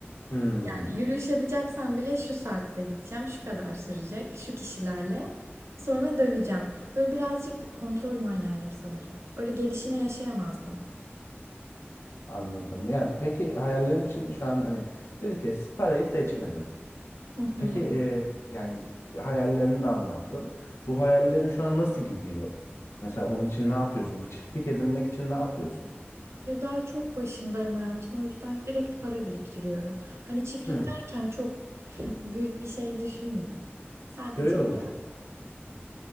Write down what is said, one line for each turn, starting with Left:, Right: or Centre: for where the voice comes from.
Left: Hmm.
Right: Yani yürüyüş yapacaksan bile şu saatte gideceğim, şu kadar sürecek, şu kişilerle sonra döneceğim. Böyle birazcık kontrol manyağıyım sanırım. Öyle gelişine yaşayamazdım.
Left: Anladım. Yani peki hayallerin için şu an hani dedi ki parayı seçmedin.
Right: Hı hı.
Left: Peki e, yani hayallerini de anlattın. Bu hayallerin şu an nasıl gidiyor? Mesela onun için ne yapıyorsun? Bir çiftlik edinmek için ne yapıyorsun?
Right: Ya daha çok başındayım hayatın o yüzden direkt para biriktiriyorum. Hani çiftlik
Left: Hmm.
Right: derken çok Büyük bir şey düşünme. Sadece
Left: Görüyorum.
Right: tamam.
Left: Ço-